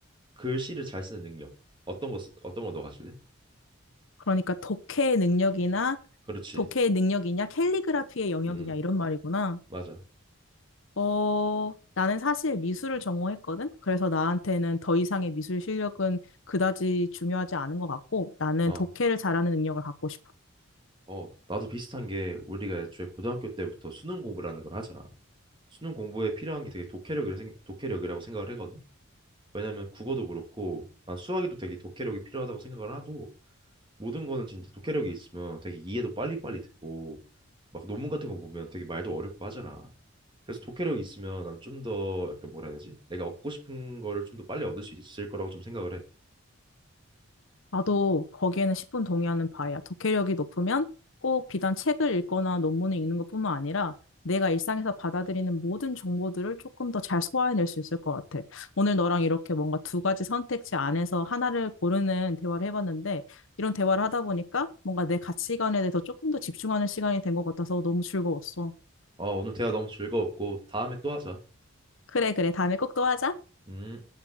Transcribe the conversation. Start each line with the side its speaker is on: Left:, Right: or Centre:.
Right: 글씨를 잘 쓰는 능력. 어떤 거 쓰- 어떤 거 너 가질래?
Left: 그러니까 독해의 능력이나
Right: 그렇지.
Left: 독해의 능력이냐 캘리그라피의 영역이냐
Right: 음,
Left: 이런 말이구나.
Right: 맞아.
Left: 어, 나는 사실 미술을 전공했거든? 그래서 나한테는 더 이상의 미술 실력은 그다지 중요하지 않은 것 같고, 나는
Right: 어.
Left: 독해를 잘하는 능력을 갖고 싶어.
Right: 어, 나도 비슷한 게 우리가 애초에 고등학교 때부터 수능 공부라는 걸 하잖아. 수능 공부에 필요한 게 되게 독해력이라 생, 독해력이라고 생각을 하거든. 왜냐면 국어도 그렇고 난 수학에도 되게 독해력이 필요하다고 생각을 하고 모든 거는 진짜 독해력이 있으면 되게 이해도 빨리빨리 되고 막 논문 같은 거 보면 되게 말도 어렵고 하잖아. 그래서 독해력이 있으면 난 좀 더 약간 뭐라 해야 되지? 내가 얻고 싶은 거를 좀 더 빨리 얻을 수 있을 거라고 좀 생각을 해.
Left: 나도 거기에는 10분 동의하는 바야. 독해력이 높으면 꼭 비단 책을 읽거나 논문을 읽는 것뿐만 아니라 내가 일상에서 받아들이는 모든 정보들을 조금 더 잘 소화해낼 수 있을 것 같아. 오늘 너랑 이렇게 뭔가 두 가지 선택지 안에서 하나를 고르는 대화를 해봤는데 이런 대화를 하다 보니까 뭔가 내 가치관에 대해서 조금 더 집중하는 시간이 된 것 같아서 너무 즐거웠어.
Right: 어, 오늘 대화 너무 즐거웠고 다음에 또 하자.
Left: 그래, 그래. 다음에 꼭 또 하자.
Right: 음.